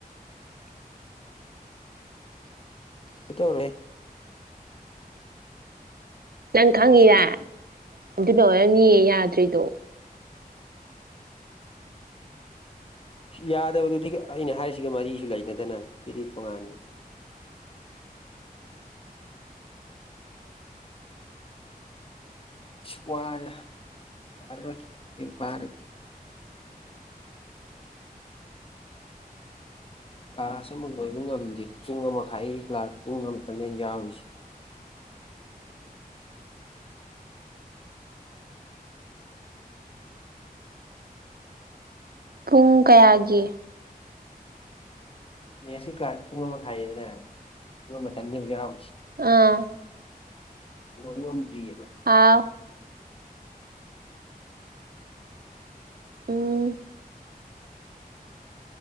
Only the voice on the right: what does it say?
ꯅꯪ ꯈꯪꯉꯤꯔ ꯑꯗꯨꯅ ꯑꯣꯏꯔꯝꯅꯤꯌꯦ ꯌꯥꯗ꯭ꯔꯤꯗꯣ
ꯄꯨꯡ ꯀꯌꯥꯒꯤ
ꯑꯥ
ꯍꯥꯎ ꯎꯝ